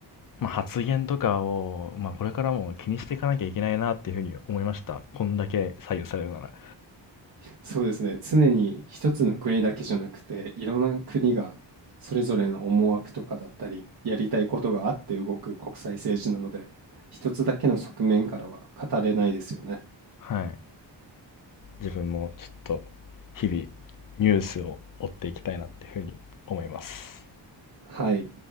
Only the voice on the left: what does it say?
まあ、発言とかを、まあ、これからも気にしていかなきゃいけないなっていうふうに思いました。こんだけ左右されるなら。
はい。自分もちょっと、日々、ニュースを追っていきたいなっていうふうに思います。